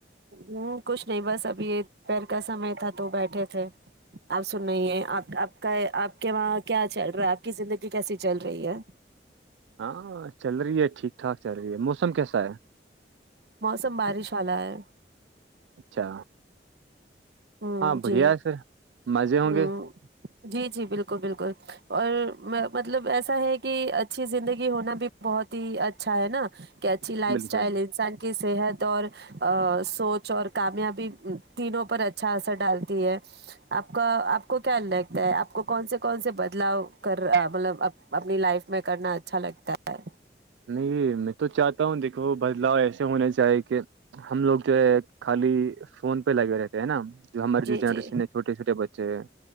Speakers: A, on the right; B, on the right.
A: ہوں کچھ نہیں بس ابھی یہ پر کا سمے تھا تو بیٹھے تھے آپ سن رہ ہے آپ آپ کا آپ کے وہاں کیا چل رہا ہے آپ کی زندگی کیسی چل رہی ہے
B: ہاں چل رہی ہے ٹھیک ٹھاک چل رہی ہے موسم کیسا ہے
A: موسم بارش آا ہے
B: اچھا
A: ہ
B: ہاں
A: جی
B: بڑھیا ہے سے مزے ہوں
A: ہ
B: گے
A: جی جی بالکل بالکل اور مطلب ایسا ہے کہ اچھی زندگی ہونا بھی بہت ہی اچھا ہے نا ا کیاچھی لائف
B: بالکل
A: سٹائل ہے انسان کی صحت اور سوچ اور کامیابی تینوں پر اچ اچھا سا ڈالتی ہے آپ کا آپ کو کیا لگتا ہے آپ کو کون سے کون سے بدلاؤ کر رہا مطلب اپنی لائف میں کرنا اچھا لگتا ہے
B: نہیں میں تو چاہتا ہوں دیکھو بدلاؤ ایسے ہونا چاہیے کہ ہم لوگ جو ہے خالی فون پہ لگے رہتے ہے نا جو ہمارے جو
A: جی
B: جنریشن
A: جی
B: ہے چھوٹے چھوٹے بچے ہیں